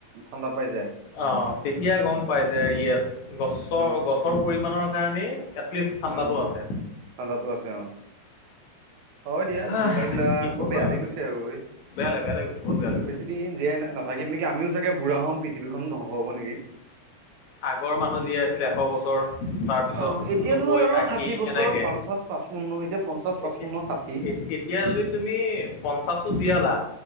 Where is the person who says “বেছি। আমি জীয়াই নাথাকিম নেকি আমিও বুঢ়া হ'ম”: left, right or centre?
Right